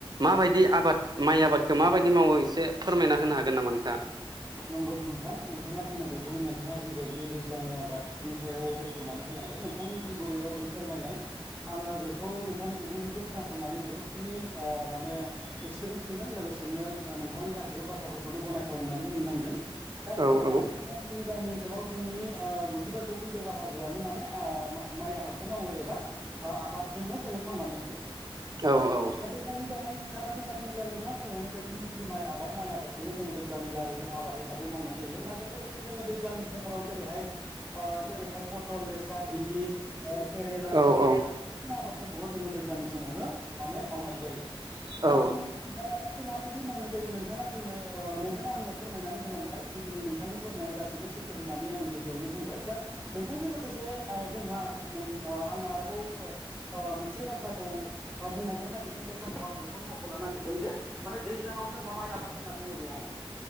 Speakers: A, on the right; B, on the right.
A: माबायदि आबाद माइ आबाद माबायदि मावो एसे फोरमायना होनो हागोन नामा नोंथां।
B: नंगौ नोंथां नोंथाङा बुंनाय बायदिनो नोंथाङा जिबायदि दैज्लांनि आबादनि सायाव बेखार बुंनानै होलांबाय नोंथांनि जि गुरै रावजों फोरमायनाय आङो बेखौ नोंथांनि बिबुंथिखौ खोनासंनानै जोबोदखिनि ओ माने एक्सपिरियेन्स मोनदों लोगोसेनो जा नोंथांनि गासैबो बाथ्राफोरखौनो गनायथाव होननानै बुंनांगोन दा
A: औ
B: खोथाया
A: औ
B: जाहैबाय जोंनि गामि ओनसोलाव जोंनि ओ‌ गुजिबा जौखोन्दो बाहागोआनो माने ओ माइ आबादखौ मावो एबा आ आबादजोंनो जोङो थांनानै थायो।
A: औ। औ
B: दैज्लांनि गाहाय आबाद होनना बुङोब्ला नोंथाङा बुंलांनाय बायदिनो जि माइ आबाद माइ आबादखौनो जोङो दैज्लांनि गाहाय आबाद हिसाबै मावनाय जायो माइजों लोगोसे जोङो दैज्लांनि समफोराव जेरैहाय ओ जेरैहाय पटल लेस्रा भिन्दि ओ केरेला
A: औ
B: खांख्रिखला आबादफोरखौबो जोङो दैज्लांनि समावनो माने मावनाय जायो दा
A: औ
B: जोङो आबाद खौ माबायदि मावनाय जायो नोंथाङा जोंनो ओ नोंथाङा आंनो फोरमायनानै होलांबाय जिखिनि नोंथांनि फोरमायनाय गासिबो सैथो होननानै आङो गिबियावनो बुंबाय दा नोंथांजों लोगोसे आ जोंहा नों ओ आं आरोबाव ओ मोनसे बाथ्राखौ ओ बुंबावनो नागिरदों बे समाव आं बेखौनो मखनो नागिरदों जे माने दैज्लाङाव जोंहा माइ आबाद होनना बुङोब्ला